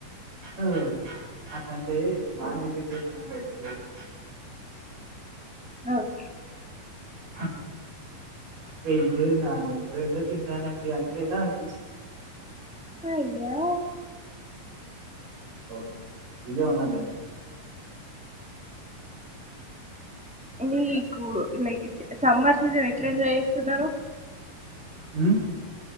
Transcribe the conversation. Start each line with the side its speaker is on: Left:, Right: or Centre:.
Right: ఒ అస అంటే నాన్ వెజిటేరియన్ అంటే అయిపోద్ది కదా?
Centre: అవ్
Right: అ వెజ్ నాన్ వెజ్ రెండు తింటానండి అంటే ఎలా అండి
Centre: అయ్యో
Right: ఓ అయ్యో అనదండి
Centre: మీకు లైక్ సమ్మర్ సీజన్ ఎట్లా ఎంజాయ్ చేస్తున్నారు
Right: ఉ